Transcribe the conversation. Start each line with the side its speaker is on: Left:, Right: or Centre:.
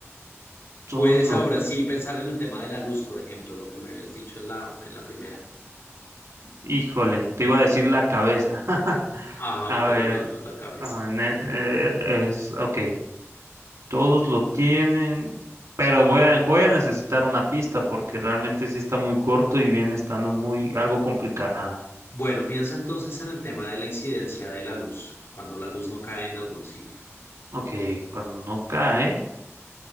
Right: Todos
Left: Puedes
Right: los...
Left: ahora sí pensar en el tema de la luz, por ejemplo, lo que me habías dicho en la, en la primera.
Right: Híjole, te iba a decir la cabeza. <laughs>
Left: Ajá,
Right: A
Left: pero
Right: ver,
Left: no, no es la cabeza.
Right: a ver, ne- eh, es... Ok, todos lo tienen, pero voy a, voy a necesitar una pista porque realmente sí está muy corto y viene estando muy algo complicada.
Left: Bueno, piensa entonces en el tema de la incidencia de la luz, cuando la luz no cae en algún sitio.
Right: Ok, cuando no cae,